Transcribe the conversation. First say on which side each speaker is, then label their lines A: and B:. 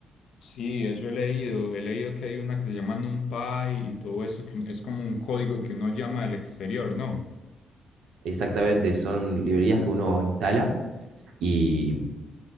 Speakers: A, on the left (about 65°); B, on the right (about 80°).
A: Sí, eso he leído. He leído que hay una que se llama NumPy y todo eso, que es como un código que uno llama al exterior, ¿no?
B: Exactamente, son librerías que uno instala y